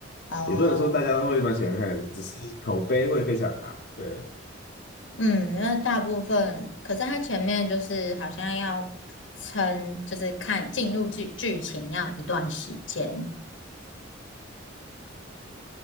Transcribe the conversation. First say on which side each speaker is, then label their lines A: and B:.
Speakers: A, on the left; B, on the left.
A: 哦，
B: 也不能说大家都会蛮喜欢看的只是口碑会非常好。对，
A: 嗯，那大部分，可是它前面就是好像要撑，就是看进入剧剧情要一段时间。